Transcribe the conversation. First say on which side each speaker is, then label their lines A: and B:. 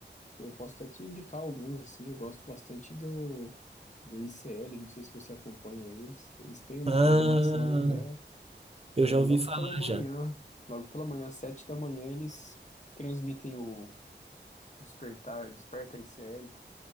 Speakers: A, on the left; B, on the right.
A: Eu posso até te indicar alguns, assim. Eu gosto bastante do, do ICL, não sei se você acompanha eles. Eles têm uma
B: Ah,
A: programação, é,
B: eu
A: é
B: já ouvi
A: logo
B: falar
A: pela manhã.
B: já.
A: Logo pela manhã, às sete da manhã, eles transmitem o Despertar, Desperta ICL.